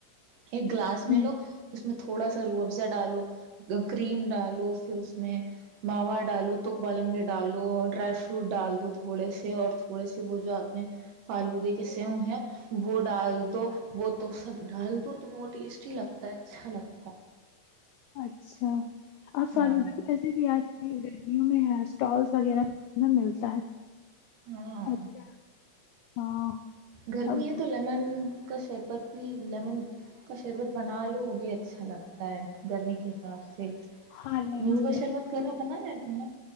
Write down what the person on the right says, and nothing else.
ہیں ایک گلاس
م لو اس میں تھوڑا سا رو افزہ ڈالو کریم ڈالو پھر اس میں ماوا ڈالو تک بالنگے ڈالو اور ڈرائی فروٹ ڈال دو تھوڑے سے اور تھوڑے سے وہ جو آپ نے فالودے کے سو ہے وہ ڈال دو وہ تو سب ڈال دو تو وہ ٹیس اچی لگتا ہے سالب <unintelligible>
ہاں
ہاں
گرمی
ہے تو لیمن کا شربت بھی لیمن کا شربت بنا لو بھی اچھا لگتا ہے گرمی کے حساب سے
نیلوگا شربت گھر بنایا ہے تم نے